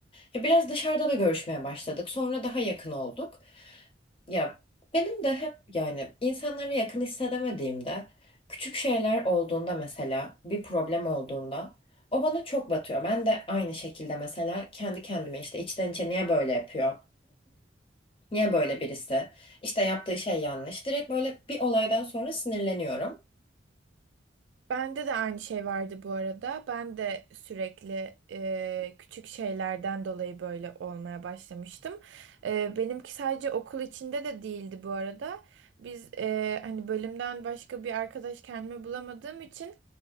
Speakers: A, on the left; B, on the right.
A: ya biraz dışarıda da görüşmeye başladık. Sonra daha yakın olduk. Ya benim de hep yani insanlara yakın hissedemediğimde küçük şeyler olduğunda mesela bir problem olduğunda o bana çok batıyor. Ben de aynı şekilde mesela kendi kendime işte içten içe niye böyle yapıyor? Niye böyle birisi? İşte yaptığı şey yanlış. Direkt böyle bir olaydan sonra sinirleniyorum.
B: Bende de aynı şey vardı bu arada. Ben de sürekli e, küçük şeylerden dolayı böyle olmaya başlamıştım. E, benimki sadece okul içinde de değildi bu arada. Biz e, hani bölümden başka bir arkadaş kendime bulamadığım için